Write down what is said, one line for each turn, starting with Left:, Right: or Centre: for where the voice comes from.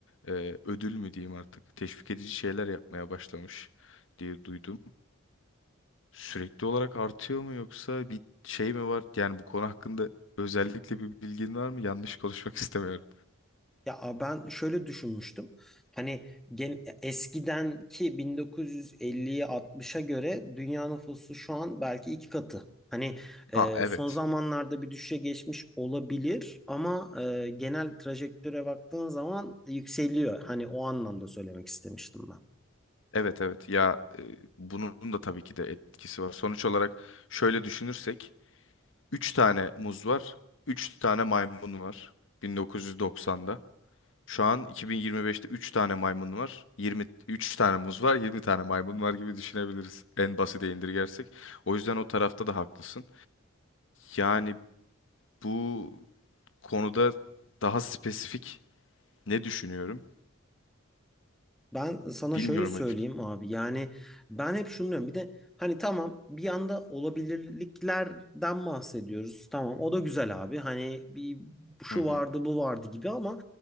Left: e, ödül mü diyeyim artık teşvik edici şeyler yapmaya başlamış diye duydum. Sürekli olarak artıyor mu yoksa bir şey mi var? Yani bu konu hakkında özellikle bir bilgin var mı? Yanlış konuşmak <laughs> istemiyorum.
Centre: Ya a- ben şöyle düşünmüştüm. Hani gen, eskidenki 1950'ye 60'a göre dünya nüfusu şu an belki iki katı. Hani
Left: Ha
Centre: e,
Left: evet.
Centre: son zamanlarda bir düşüşe geçmiş olabilir ama e, genel trajektöre baktığın zaman yükseliyor. Hani o anlamda söylemek istemiştim
Left: Evet evet ya e, bunun da tabii ki de etkisi var. Sonuç olarak şöyle düşünürsek 3 tane muz var, 3 tane maymun var 1990'da. Şu an 2025'te 3 tane maymun var, yirmi üç tane muz var, 20 tane maymun var gibi düşünebiliriz en basite indirgersek. O yüzden o tarafta da haklısın. Yani bu konuda daha spesifik ne düşünüyorum
Centre: Ben sana
Left: bilmiyorum
Centre: şöyle söyleyeyim
Left: açıkçası.
Centre: abi yani ben hep şunu diyorum bir de hani tamam bir yanda olabilirliklerden bahsediyoruz tamam o da güzel abi hani bir şu
Left: Hı hı.
Centre: vardı bu vardı gibi ama